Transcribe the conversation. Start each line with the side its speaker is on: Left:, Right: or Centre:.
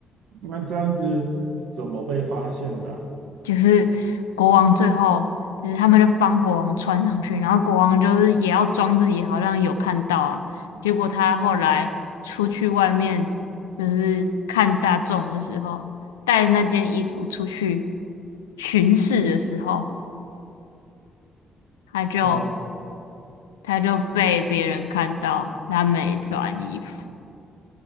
Right: 那这样子怎么被发现的啊
Left: 就是国王最后就是他们就帮国王穿上去，然后国王就是也要装自己好像有看到啊，结果他后来出去外面就是看大众的时候，带那件衣服出去巡视的时候，他就
Right: 嗯，
Left: 他就被别人看到他没穿衣服，